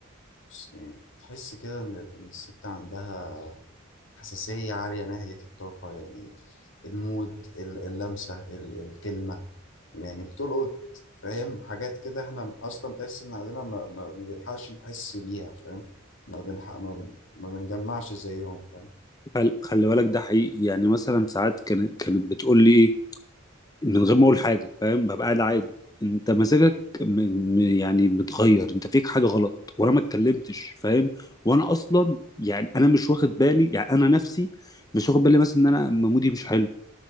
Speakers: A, on the left (about 65°); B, on the left (about 20°).
A: بص يعني تحس كده إن إن الست عندها حساسية عالية ناحية الطاقة يعني المود ال- اللمسة ال- الكلمة يعني بتلقط فاهم حاجات كده احنا أصلا تحس إن عندنا ما, ما ما بنلحقش نحس بيها فاهم ما بنحق ما, ما بنجمعش زيهم فاهم
B: خل- خلي بالك ده حقيقي يعني مثلا ساعات كانت كانت بتقول لي ايه من غير ما اقول حاجه فاهم ببقى قاعد عادي انت مزاجك م... م- يعني متغير انت فيك حاجه غلط وانا ما اتكلمتش فاهم وانا اصلا يعني انا مش واخد بالي يعني انا نفسي مش واخد بالي مثلا ان انا م- مودي مش حلو